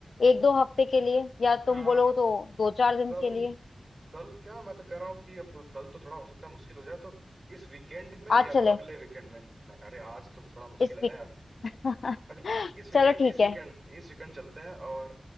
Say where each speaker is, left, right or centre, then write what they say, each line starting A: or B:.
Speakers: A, on the left; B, on the right.
A: एक दो हफ्ते के लिए या तुम
B: आ,
A: बोलो तो दो चार दिन
B: कल
A: के लिए
B: कल क्या मैं तो कह रहा हूँ कि अब कल तो थोड़ा हो सकता है मुश्किल हो जाए तो इस वीकेंड में
A: आज
B: या
A: चले
B: तो अगले वीकेंड में नहीं, अरे आज तो थोड़ा मुश्किल
A: इस
B: है ना यार
A: वीक <laughs>
B: अगले इस वीकेंड
A: चलो ठीक
B: इस
A: है
B: वीकेंड इस वीकेंड चलते हैं और